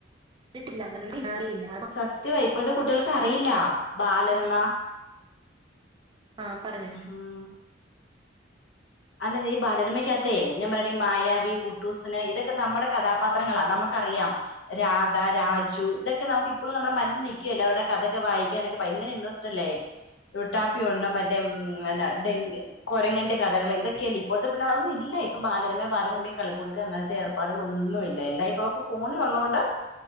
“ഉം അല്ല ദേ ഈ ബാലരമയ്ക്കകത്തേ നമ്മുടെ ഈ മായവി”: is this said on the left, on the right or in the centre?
Left